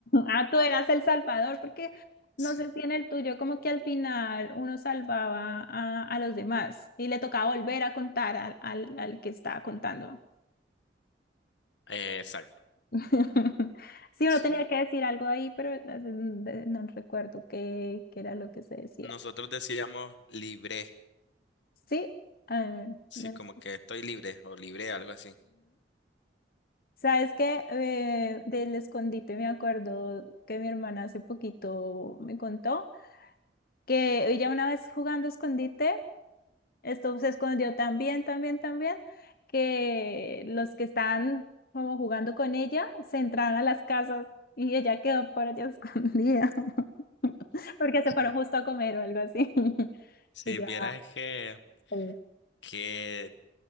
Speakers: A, on the left; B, on the left.
A: Ah, tú eras el salvador, porque no
B: Sí.
A: sé si en el tuyo como que al final uno salvaba a, a los demás y le tocaba volver a contar al, al, al que estaba contando.
B: Eh, exacto.
A: <laughs> Sí, uno
B: Sí.
A: tenía que decir algo ahí, pero no sé, de- no recuerdo qué, qué era lo que se decía.
B: Nosotros decíamos libre,
A: Sí. ah,
B: sí,
A: no,
B: como que estoy libre o libre, algo así.
A: Sabes que del escondite me acuerdo que mi hermana hace poquito me contó que ella una vez jugando escondite, esto se escondió tan bien, tan bien, tan bien, que los que estaban como jugando con ella se entraron a las casas y ella quedó por allá <laughs> escondida <laughs> porque se
B: Sí.
A: fueron justo a comer o algo así. <laughs>
B: Si
A: Y ya,
B: vieras que,
A: pues,
B: que